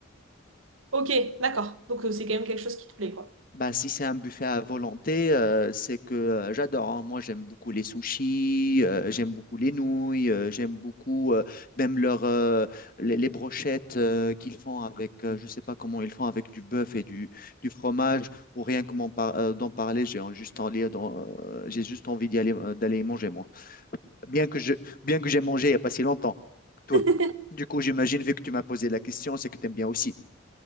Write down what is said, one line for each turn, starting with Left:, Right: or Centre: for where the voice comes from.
Right: Ok, d'accord. Donc euh, c'est quand même quelque chose qui te plaît, quoi.
Left: Bah, si c'est un buffet à volonté, euh, c'est que euh, j'adore. hein. Moi, j'aime beaucoup les sushis, euh, j'aime beaucoup les nouilles, euh, j'aime beaucoup euh, même leur, euh, les, les brochettes euh, qu'ils font avec, euh, je sais pas comment ils font, avec du bœuf et du, du fromage, ou rien que m'en par- euh, d'en parler, j'ai en- juste envie, d'en- euh, j'ai juste envie d'y aller, euh, d'aller y manger, moi bien que je, bien que j'ai mangé il n'y a pas si longtemps.
Right: <laughs>
Left: Toi, du coup, j'imagine, vu que tu m'as posé la question, c'est que tu aimes bien aussi.